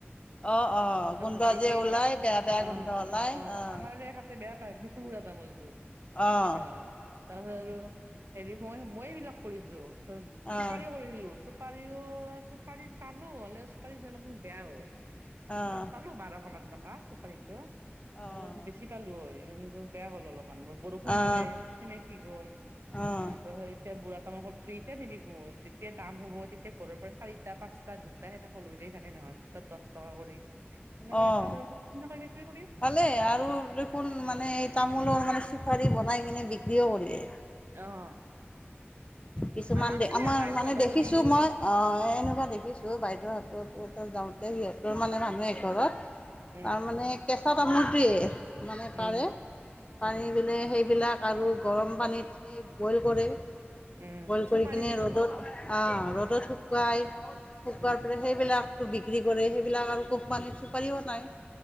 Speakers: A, on the left; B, on the right.
A: অঁ অঁ গোন্ধ
B: হলে যে
A: ওলাই বেয়া বেয়া
B: অ',
A: গোন্ধ ওলাই
B: অ',
A: অঁ
B: আমাৰ আৰু এখেতে বেয়া পাই বুঢ়া তামোলটো।
A: অঁ
B: তাৰপিছত আৰু হেৰি মই মই এইবিলাক কৰিছো চুপাৰিও
A: অঁ
B: কৰিছিলো চুপাৰিও চুপাৰিত পালো হ'লেও চুপাৰি খিনি অলপ মান বেয়া হ'ল।
A: অঁ
B: তাত পালো বাৰশ মান টকা চুপাৰীটো
A: অঁ
B: ত বেছি পালো হয়। বেয়া হ'ল অলপমান বৰষুণ
A: অঁ
B: দিলে সেমেকি গ'ল
A: অঁ
B: অ', ত' তেতিয়া বুঢ়া তামুল কতো এতিয়া নিবি গ যেতিয়া দাম হ'ব তেতিয়া ঘৰৰ পৰা চাৰিটা পাঁচটা দুটা সেনেক লৈ যায় থাকে নহয় তাত দহ টকা কৰি এনেক
A: অঁ অঁ
B: এ বিক্ৰী কৰি
A: ভালে আৰু দেখোন মানে এই তামোলৰ মানে চুপাৰি বনাই কিনে বিক্ৰীও কৰে।
B: অ'।
A: কিছুমান
B: আছিলে
A: দে আমাৰ
B: বাইদেউহঁতকো
A: মানে দেখিছো
B: দিলো
A: মই অ', এনেকুৱা
B: উম
A: দেখিছো বাইদেউৰ হাতৰ যাওঁতে সিহঁতৰ মানে মানুহে ঘৰত
B: উম
A: তাৰ মানে কেঁচা তামোলটয়ে মানে পাৰে
B: উম উম,
A: পাৰি মেলি সেইবিলাক আৰু গৰম পানীত সেই বইল কৰে।
B: উম,
A: বইল
B: চুপাৰী
A: কৰি কিনে
B: সেইটো
A: ৰ'দত আহ
B: উম,
A: ৰ'দত শুকুৱাই শুকোৱাৰ
B: উম,
A: পৰা সেইবিলাক বিক্ৰী কৰে সেইবিলাক আৰু কোম্পানীৰ চুপাৰিও নাই।